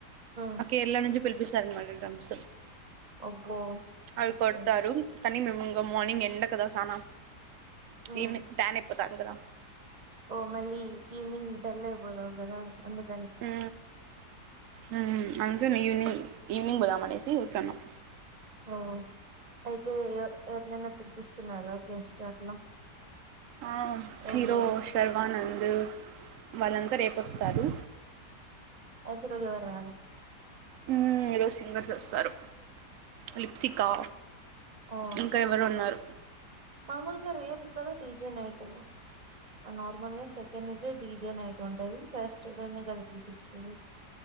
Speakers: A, on the right (about 30°); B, on the right (about 65°).
A: ఉమ్
B: ఆ కేరళ నుంచి పిలిపిస్తారు అనమాట డ్రమ్స్
A: అబ్బో
B: అవి
A: ఓకే
B: కొడతారు. కనీ మేము మార్నింగ్ ఎండ కదా సానా
A: ఉమ్
B: ఈవనింగ్ ట్యాన్ అయిపోతాముకదా,
A: ఓ మళ్ళీ ఈవ్నింగ్ డల్ అయిపోతాముకదా అందుకు
B: ఉ ఉ ఇవినింగ్ ఇవినింగ్ పోదాం అనేసి ఊర్కేనం
A: ఓ అయితే ఎవరినైనా పిలుపిస్తున్నారా గెస్ట్ అట్లా
B: ఆ హీరో
A: ఏం లేదా
B: శర్వానంద్ వలందరు ఎ వస్తారు.
A: అయితే ఈ రోజు ఎవరు రారు
B: మ్మ్ ఈరోజు సింగర్స్ వస్తారు లిప్సికా
A: ఆ
B: ఇంకా ఎవరో ఉన్నారు
A: మాముూలుగా రే చక్కగా డిజే నైట్ నార్మల్ గా సెకండ్ డీజే నైట్ ఉంటది ఫస్ట్ అట్లనే <unintelligible> బిటేక్ సైడ్